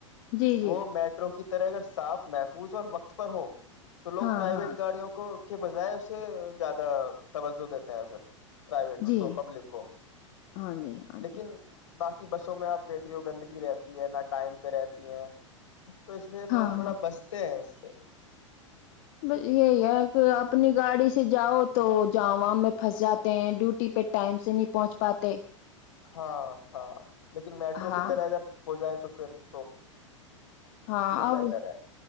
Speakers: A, on the left; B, on the left.
A: جی جی
B: وہ میٹرو کی رح اگر صاف محفوظ اور وقت پر ہو تو لوگ
A: ہاں
B: پرائیویٹ
A: ہاں
B: گاڑیوں کو کے بجائے اسے زیادہ توجہ دیتا ہے پھر پرائیویٹ اس
A: جی
B: کو پبلک کو
A: ہاں جی ہاں
B: لیکن
A: جی
B: باقی بسوں میں آپ دیکھ رہے ہو گندگی رہتی ہے نہ ٹائم پہ رہتی ہیں تو اس سے
A: ہاں
B: لوگ تھوڑا
A: ہاں
B: بستے ہیں سے
A: بس یہی ہے کہ اپنی گاڑی سے سے جاؤ تو جو عوام میں پھنس جاتے ہیں ڈیوٹی پہ ٹائم سے نہیں پہنچ پاتے
B: ہاں ہاں لیکن میٹرو
A: ہاں
B: کی طرح اگر ہو جائے تو سپ
A: ہاں اب
B: بیٹر ہے